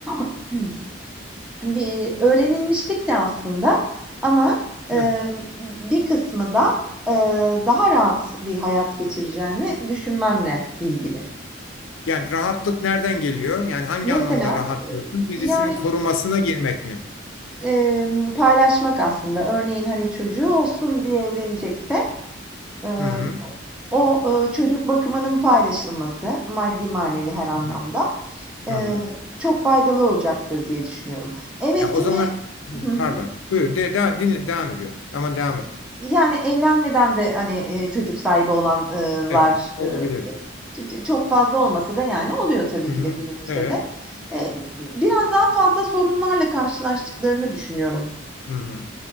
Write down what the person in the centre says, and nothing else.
<clears throat> Bir öğrenilmişlik de aslında ama, eee,
bir kısmı da, eee, daha rahat bir hayat geçireceğini düşünmemle ilgili.
Mesela,
eee,
yani
Emm, paylaşmak aslında. Örneğin, hani, çocuğu olsun diye evlenecekse, emm,
o, ııı, çocuk bakımının paylaşılması, maddi manevi her anlamda,
eee,
çok faydalı olacaktır diye düşünüyorum. Evet,
yine
Hı hı.
Yani, evlenmeden de, hani, eee, çocuk sahibi olanlar
ııı, çok fazla olmasa da, yani, oluyor tabii
ki
de günümüzde
de. Eee, biraz daha fazla sorunlarla karşılaştıklarını düşünüyorum.